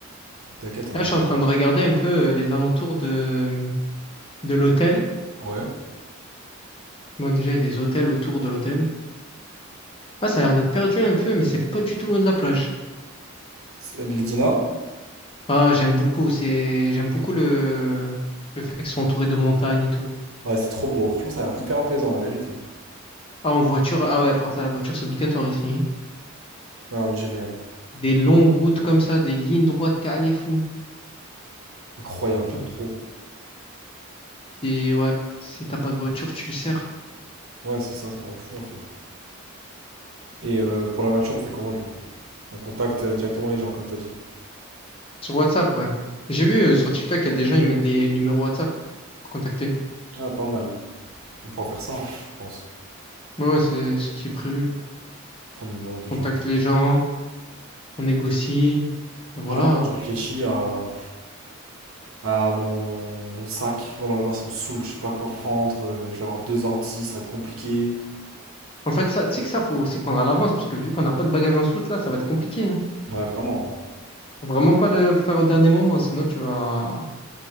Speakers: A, on the right (about 70°); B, on the left (about 25°).
A: T'inquiète, t'inquiète.
B: Là, je suis en train de regarder un peu euh, les alentours de, de l'hôtel.
A: Ouais.
B: Moi, déjà, il y a des hôtels autour de l'hôtel. Ah, ça a l'air d'être perdu un peu, mais c'est pas du tout loin de la plage.
A: C'est- euh, Les dîners?
B: Ah, j'aime beaucoup. C'est, j'aime beaucoup le, le fait qu'ils soient entourés de montagnes et tout.
A: Ouais, c'est trop beau. Franchement, ça a l'air hyper apaisant, la vérité.
B: Ah, en voiture, ah ouais, par contre, là, la voiture, c'est obligatoire ici.
A: Ouais, on dirait, hein.
B: Des longues routes comme ça, des lignes droites, t'es allé fou.
A: Incroyable, j'aime
B: T'as-
A: trop.
B: C'est, ouais, si t'as pas de voiture, tu sers.
A: Ouais, c'est ça, ça t'en fout en fait. Et euh, pour la voiture, on fait comment du coup? On contacte euh, directement les gens, comme t'as dit.
B: Sur WhatsApp, ouais. J'ai vu euh, sur TikTok, il y a des gens, ils mettent des numéros WhatsApp pour contacter.
A: Ah, pas mal. On pourra faire ça, hein, je pense.
B: Ouais, ouais, c'est ce qui est prévu.
A: Prendre le numéro des gens.
B: On Contacte les gens, on négocie, et voilà.
A: Moi, là, maintenant,
B: hein.
A: je réfléchis à, à mon, mon sac. Oh là là, ça me saoule. Je sais pas quoi prendre. euh, je vais avoir deux ordi, ça va être compliqué.
B: En fait, ça, tu sais que ça, faut s'y prendre à l'avance, parce que vu qu'on n'a pas de bagages en soute, là, ça va être compliqué. hein.
A: Ouais, vraiment.
B: Faut vraiment pas le faire au dernier moment, sinon tu vas,